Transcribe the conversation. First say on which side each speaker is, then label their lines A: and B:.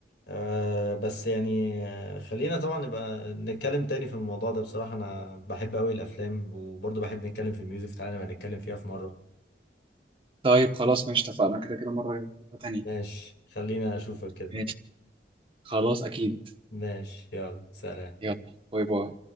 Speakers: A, on the left; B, on the right.
A: أه بس يعني آه، خلينا طبعا نبقى نتكلم تاني في الموضوع ده بصراحة أنا بحب أوي الأفلام وبرضو بحب نتكلم في الميوزك تعالى نبقى نتكلم فيها في مرة
B: طيب خلاص ماشي اتفقنا كده كده مرة مرة تانية
A: ماشي خلينا أشوفك كده
B: ماشي خلاص أكيد
A: ماشي يلا سلام
B: يلا باي باي